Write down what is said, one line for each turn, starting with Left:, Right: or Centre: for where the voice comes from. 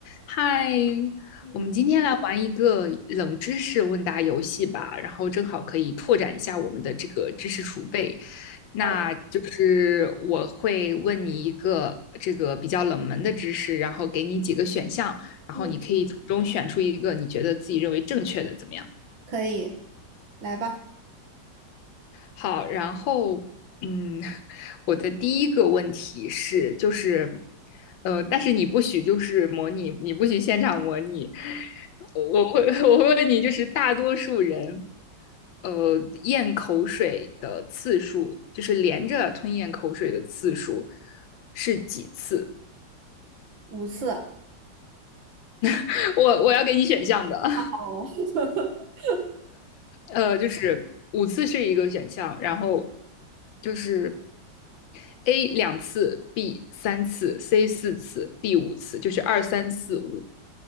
Left: 嗨，
Right: 嗯，
Left: 我们今天来玩一个冷知识问答游戏吧，然后正好可以拓展一下我们的这个知识储备。那就是我会问你一个这个比较冷门的知识，
Right: 好，
Left: 然后给你几个选项，然后你可以从中选出一个你觉得自己认为正确的，
Right: 嗯，
Left: 怎么样？
Right: 可以，来吧，
Left: 好，然后嗯，我的第一个问题是，就是，呃，但是你不许就是模拟，你不许现场模拟。我会我会问你，就是大多数人，呃，咽口水的次数，就是连着吞咽口水的次数是几次？
Right: 五次。
Left: <laughs> 我我要给你选项的。<laughs>
Right: 哦，<laughs>
Left: 呃，就是五次是一个选项，然后就是 A 两次，B 三次，C 四次，D 五次，就是二三四五。